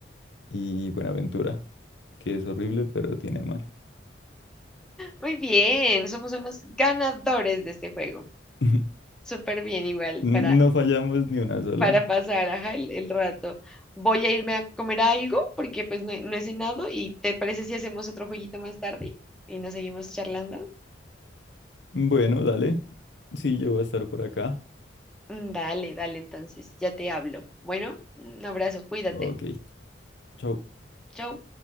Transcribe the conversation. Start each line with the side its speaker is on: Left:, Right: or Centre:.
Left: y Buenaventura, que es horrible, pero tiene mar.
Centre: Muy bien, somos unos ganadores de este juego.
Left: <laughs>
Centre: Súper bien, igual,
Left: No
Centre: para,
Left: fallamos ni una sola.
Centre: para pasar ajá, el, el rato. Voy a irme a comer algo porque pues no, he no he cenado y ¿te parece si hacemos otro jueguito más tarde y nos seguimos charlando?
Left: Bueno, dale. Sí, yo voy a estar por acá.
Centre: Mm, Dale, dale, entonces, ya te hablo. Bueno, un abrazo, cuídate.
Left: Ok, chau.
Centre: Chau.